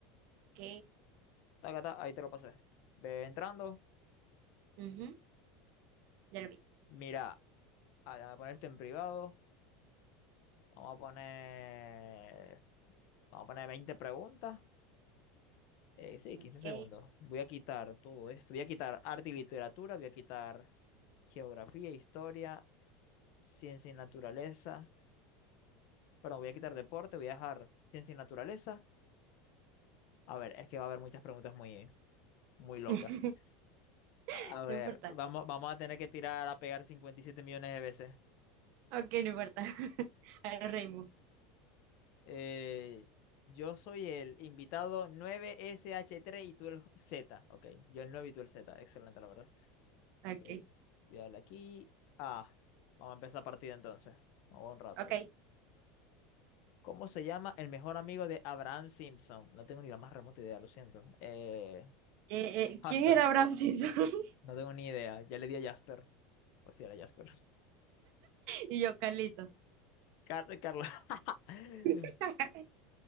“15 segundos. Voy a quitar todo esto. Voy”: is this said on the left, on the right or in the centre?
Left